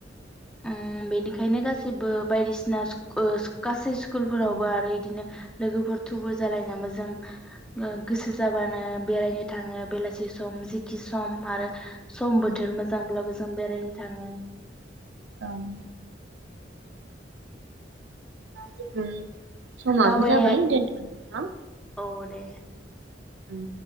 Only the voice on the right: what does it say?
औ
औ
ओं <unintelligible> समाबो
जाबाय दोनथनि नामा?
उम